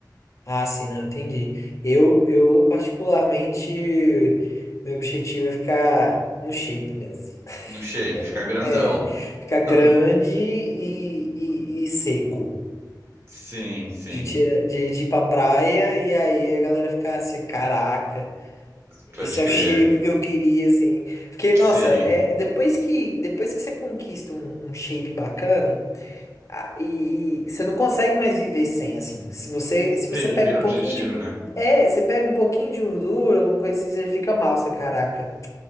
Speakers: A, on the left; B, on the right.
A: Ah, sim, não, entendi. Eu, eu particularmente, meu objetivo é ficar no shape mesmo. <laughs>
B: no shape, ficar grandão.
A: É, ficar grande
B: <laughs>
A: e, e, e seco.
B: Sim, sim,
A: De, tira, de, de ir pra praia e aí a galera ficar assim, caraca. Esse
B: pode crer.
A: é o shape que eu queria, assim. Porque,
B: Sim,
A: nossa, é, depois que depois que você conquista um, um shape bacana, a- e, e você não consegue mais viver sem, assim. Se você, se você
B: sim,
A: pega
B: vira
A: um pouquinho
B: objetivo,
A: de. gu-
B: né?
A: É, você pega um pouquinho de gordura, alguma coisa assim, você fica mal, você, caraca.